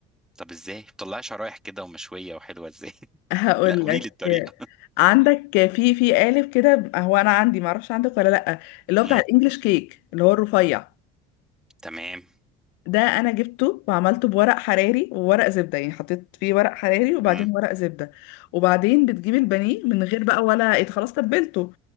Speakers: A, in the centre; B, on the left.
A: طب ازاي بتطلعها شرايح كده ومشوية وحلوة ازاي <laughs>
B: هقول
A: لا قولي
B: لك
A: لي الطريقة
B: عندك في في قالب كده هو انا عندي معرفش عندك ولا لا اللي هو بتاع
A: امم
B: الانجليش كيك اللي هو الرفيع
A: تمام
B: ده انا جبته وعملته بورق حراري وورق زبده يعني حطيت فيه ورق حراري وبعدين
A: امم
B: ورق زبده وبعدين بتجيب البانيه من غير بقى ولا إيه، خلاص تبلته